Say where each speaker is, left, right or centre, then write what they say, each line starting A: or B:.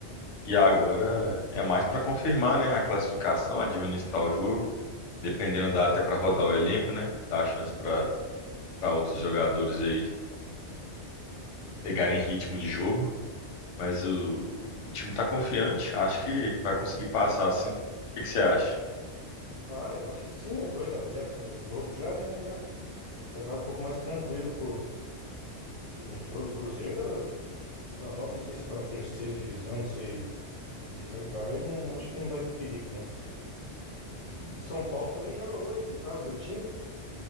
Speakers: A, on the left (about 85°); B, on the left (about 60°).
A: E agora é mais para confirmar, né? A classificação, administrar o jogo. Dependendo, dá até para rodar o elenco, né? Dá a chance para para outros jogadores aí pegarem ritmo de jogo. Mas o, o time tá confiante. Acho que vai conseguir passar assim. O que que você acha?
B: Ah, eu acho que sim, né? Dois a zero, o primeiro jogo já, né? Já, já vai um pouco mais tranquilo pro segundo jogo. E o Cruzeiro, Vila Nova, não sei se tá na terceira divisão, não sei que divisão que tá, mas não, acho que não vai ter perigo, não. O São Paulo também joga hoje, no caso, meu time.